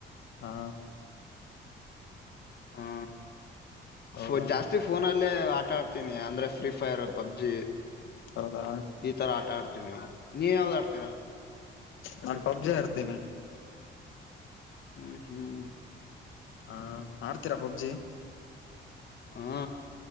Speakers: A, on the left; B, on the left.
A: ಹಾ.
B: ಹೋ
A: ಹೌದಾ
B: ಪೊ ಜಾಸ್ತಿ ಫೋನ್ ಆದ ಲ್ಲೇ ಆಟ ಆಡ್ತೀನಿ ಅಂದ್ರೆ ಫ್ರೀ ಫೈರ್ ಪಬ್ಜಿ.
A: ಹೌದಾ
B: ಈ ತರ ಆಟ ಆಡ್ತೀನಿ ನೀವ ಯಾವ್ದ ಆಡ್ತೀರಾ.
A: ನಾನು ಪಬ್ಜಿ ಆಡ್ತೀನಿ.
B: ಹ್ಮ್ ಹ್ಮ್.
A: ಹಾ ಆಡ್ತೀರಾ ಪಬ್ಜಿ.
B: ಹಾ.